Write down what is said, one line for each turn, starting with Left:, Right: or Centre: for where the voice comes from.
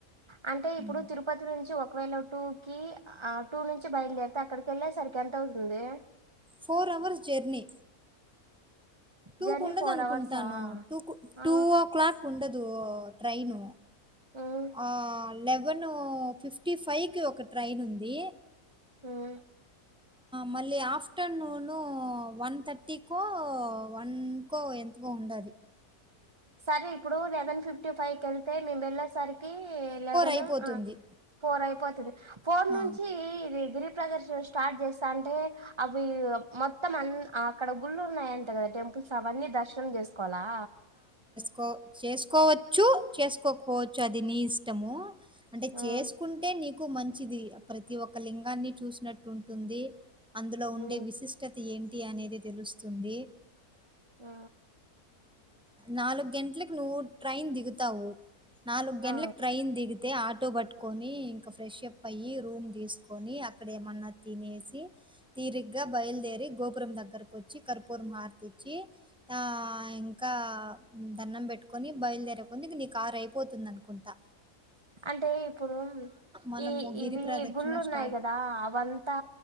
Right: అంటే
Centre: హ్మ్.
Right: ఇప్పుడు తిరుపతి నుంచి ఒకవేళ టూ కి ఆ టూ నుంచి బయలుదేరితే అక్కడికి వెళ్ళే సరికి ఎంత అవుతుందే.
Centre: ఫోర్ అవర్స్ జర్నీ టూ
Right: జర్నీ
Centre: కు ఉండదు
Right: ఫోర్
Centre: అనుకుంటాను.
Right: అవర్సా
Centre: టూ
Right: ఆ
Centre: టూ ఓ క్లాక్ ఉన్న దు ట్రైను
Right: ఉమ్
Centre: ఆ లెవెన్ ఫిఫ్టీ ఫైవ్ కి ఒక ట్రైన్ ఉంది.
Right: మ్మ్
Centre: మళ్ళీ ఆఫ్టర్నూను వన్ థర్టీకో వన్కో ఎంతకో ఉండాది
Right: సరే ఇప్పుడు లెవెన్ ఫిఫ్టీ ఫైవ్ క వెళ్తే మేము వెళ్ళసరికి లేవన్
Centre: అయిపోతుంది.
Right: ఫోర్ అయి <inaudible> ఫోర్ నుంచి
Centre: ఆ!
Right: గిరి ప్రదర్శన స్టార్ట్ చేస్తా అంటే అవి మొత్తం అ అక్కడ గుళ్ళు ఉన్నాయి అంతే కదా టెంపుల్స్ అవన్నీ దర్శనం చేస్త కొలా
Centre: కో చేసుకోవచ్చు చేసుకోకపోవచ్చు అది నీ ఇష్టము. అంటే
Right: ఉమ్
Centre: చేసుకుంటే నిక్ మంచిది ప్రతి ఒక్క లింగాన్ని చూసినట్టు ఉంటుంది. అందులో ఉండే
Right: ఉమ్
Centre: విశిష్టత ఏంటి అనేది తెలుస్తుంది.
Right: ఆ
Centre: నాలుగు గంటలకు నువ్వు ట్రైన్ దిగుతావు. నాలుగు గంటలకి
Right: ఆ
Centre: ట్రైన్ దిగి అయితే ఆటో పట్టుకొని ఇంకా ఫ్రెష్ అప్ అయి రూమ్ తీసుకొని అక్కడ ఏమన్నా తినేసి తీరిగ్గా బయలుదేరి గోపురం దగ్గరకు వచ్చి కర్పూరం హారతి ఇచ్చి ఆ ఇంకా దన్నం పెట్టుకొని బయలుదేరే కొద్ది ఇంక నీ కార్ అయిపోతుంది అనుకుంటా
Right: అంటే ఇప్పుడు
Centre: మనము
Right: ఈ
Centre: గిరి
Right: ఇవి
Centre: ప్రదక్షిణ
Right: గుళ్ళు ఉన్నాయి
Centre: స్టార్ట్
Right: కదా అవంతా